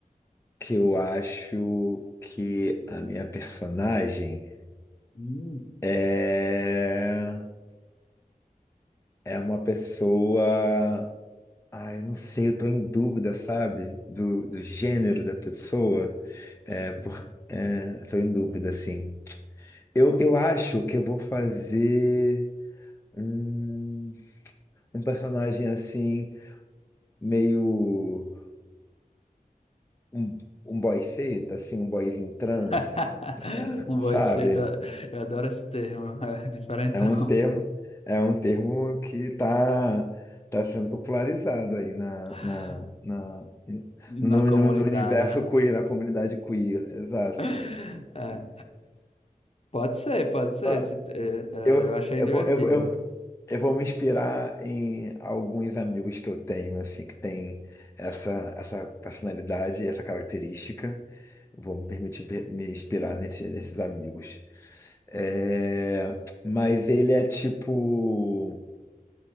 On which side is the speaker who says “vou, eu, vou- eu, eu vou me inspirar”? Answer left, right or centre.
Left